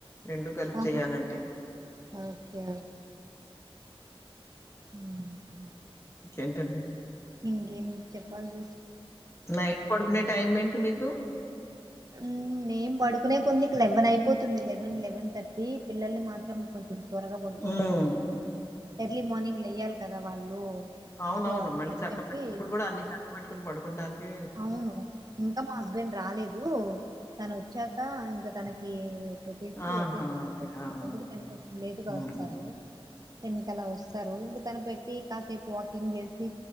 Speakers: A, on the left (about 30°); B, on the right (about 40°).
A: రెండు కలుపు
B: ఆహా
A: చెయాలంటే
B: ఓకే హ
A: ఏంటండి
B: ఇంకేం చెప్పల్సి
A: నైట్ పడుకునే టైం ఏంటి మీకు
B: మ్మ్ నేం పడుకునే కొంది లెవెన్ అయిపోతుంది. లెవెన్ లెవెన్ థర్టీ పిల్లని మాత్రం కొంచెం త్వరగా వండుకొని
A: హ్మ్.
B: పెట్టేస్తాను ఎర్లీ మార్నింగ్ లో వెయ్యాలి కదా వాళ్ళు
A: అవునవును
B: సో అని
A: మళ్ళీ చక్క
B: చెప్పి
A: పెట్టు ఇప్పుడు కూడా అన్ని చక్క పెట్టుకుని పడుకుంటడానికి
B: అవును ఇంకా మా హస్బెండ్ రాలే లేదు తను వచ్చాక ఇంకా తనకి చెప్పేసి
A: ఆహా!
B: ఓకే సార్ <unintelligible>
A: ఆ! ఆ!
B: తను కొంచెం లేటుగా
A: హ్మ్.
B: వస్సారు. టెన్ కల్లా వస్సారు ఇంగ తనకు పెట్టి కాసేపు వాకింగ్ చేసి